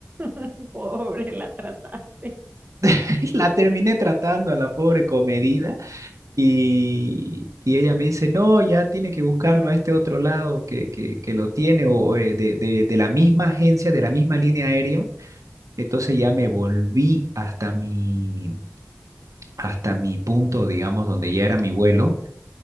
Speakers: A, on the right (about 30°); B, on the right (about 80°).
A: <laughs> Pobre, la trataste.
B: <laughs> La terminé tratando a la pobre comedida y, y ella me dice, no, ya tiene que buscarlo a este otro lado que, que, que lo tiene o eh, de, de de la misma agencia, de la misma línea aérea Entonces ya me volví hasta mi, hasta mi punto, digamos, donde ya era mi vuelo,